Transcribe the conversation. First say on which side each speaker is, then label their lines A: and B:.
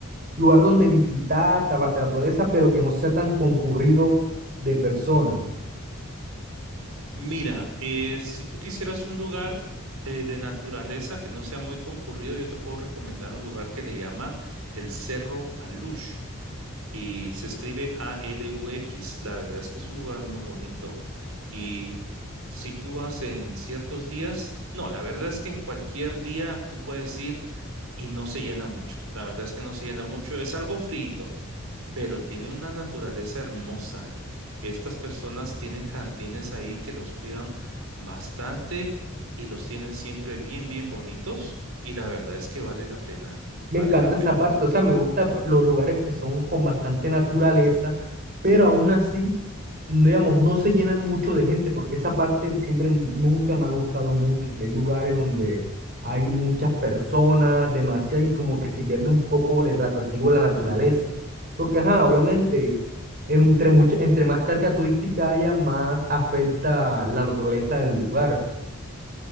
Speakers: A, on the right; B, on the right.
A: lugar donde visitar, esta parte de la naturaleza, pero que no sea tan concurrido de personas.
B: Mira, eh, si tú quisieras un lugar eh, de naturaleza que no sea muy concurrido, yo te puedo recomendar un lugar que le llaman el Cerro Alush. y se escribe a L U X. La verdad es que es un lugar muy bonito. Y si tú vas en ciertos días, no, la verdad es que en cualquier día tú puedes ir y no se llena mucho. La verdad es que no se llena mucho. Es algo frito, pero tiene una naturaleza hermosa. Estas personas tienen jardines ahí que los cuidan bastante y los tienen siempre bien, bien bonitos. Y la verdad es que vale la pena, vale
A: Me encanta
B: la pena.
A: esa parte, o sea, me gustan los lugares que son con bastante naturaleza, pero aún así, no, digamos, no se llenan mucho de gente, porque esa parte siempre n- nunca me ha gustado mucho, que hay lugares donde hay muchas personas, demasiado, y como que se pierde un poco el atractivo de la naturaleza. Porque, ajá, obviamente, entre, mucha, entre más carga turística haya, más afecta la naturaleza del lugar.